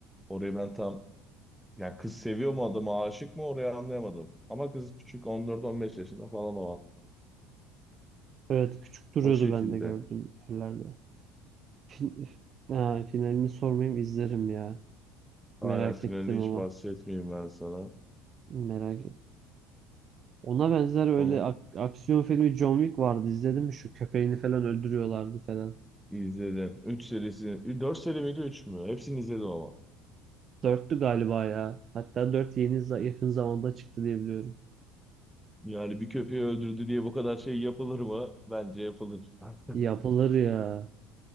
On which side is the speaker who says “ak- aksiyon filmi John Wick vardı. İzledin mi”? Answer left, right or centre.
Right